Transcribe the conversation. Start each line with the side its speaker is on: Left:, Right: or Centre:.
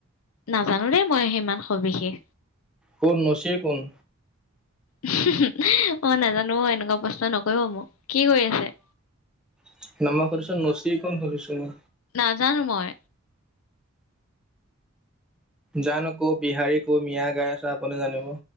Left: নাজানো দেই মই সি ইমান সবিশেষ
Centre: কোন নচীৰ কোন
Left: অ নাজানো এনেকুৱা প্ৰশ্ন নকৰিব মোক কি কৰি আছে <unintelligible>
Centre: <unintelligible> কৰিছো নচি ক খছো মই
Left: নাজানো মই
Centre: জানো ক' বিহাৰী কো মিয়া গাই আছা আপুনি জানিব